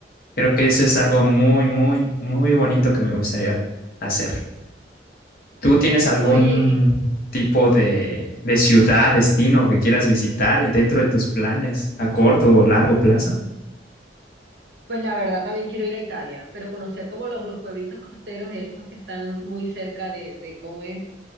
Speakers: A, on the left; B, on the right.
A: Creo que eso es algo muy, muy, muy bonito que me gustaría hacer. ¿Tú tienes algún
B: Oye,
A: tipo de, de ciudad, destino que quieras visitar dentro de tus planes a corto o largo plazo?
B: pues la verdad también quiero ir a Italia, pero conocer como los, los pueblitos costeros estos que están muy cerca de, de cómo es